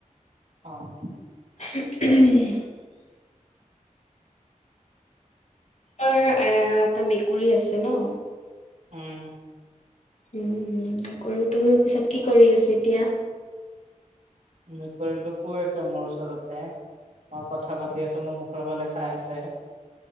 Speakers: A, on the right; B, on the left.
A: অ'
B: উম তমাৰ এ এটা মেকুৰী আছে ন'
A: উম।
B: উম কৰৰুটো পিছত কি কৰি আছে এতিয়া
A: মে কৰিটো পুবেছ মোৰছাৰতে অ' কথা পাতি আছো মোৰ মুখৰ ফালে চাই আছে